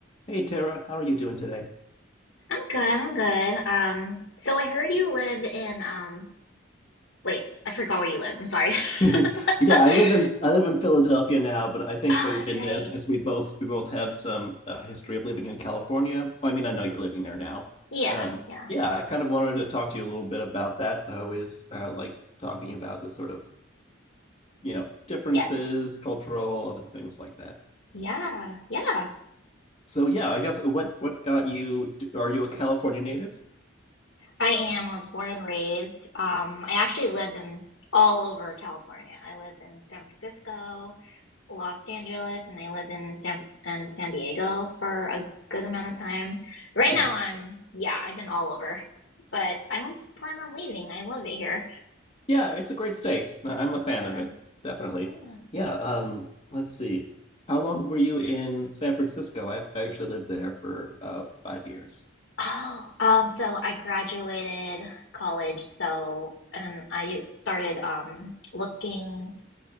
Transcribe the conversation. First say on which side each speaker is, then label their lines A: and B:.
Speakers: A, on the left; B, on the left.
A: Hey Tara, how are you doing today?
B: I'm good, I'm good. Um, so I heard you live in um wait, I forgot where you live. I'm sorry.
A: <laughs> Yeah,
B: <laughs>
A: I live in I live in Philadelphia now, but I think
B: Oh,
A: what you're
B: that's
A: getting
B: right.
A: at is, is we both we both have some uh, history of living in California. Well, I mean, I know you're living there now.
B: Yeah,
A: Um,
B: yeah,
A: yeah, I kind of wanted to talk to you a little bit about that. I always uh, like talking about the sort of you know differences,
B: yeah,
A: cultural, other things like that.
B: yeah, yeah.
A: So yeah, I guess uh, what what got you? Are you a California native?
B: I am. I was born and raised. Um, I actually lived in all over California. I lived in San Francisco, Los Angeles, and I lived in San and San Diego for a good amount of time. Right
A: Nice.
B: now I'm, yeah, I've been all over, but I don't plan on leaving. I love it here.
A: Yeah, it's a great state. I'm a
B: Yeah,
A: fan of it, definitely.
B: yeah.
A: Yeah, um, let's see. How long were you in San Francisco? I I actually lived there for about five years.
B: Oh, um, so I graduated college, so and then I started um looking.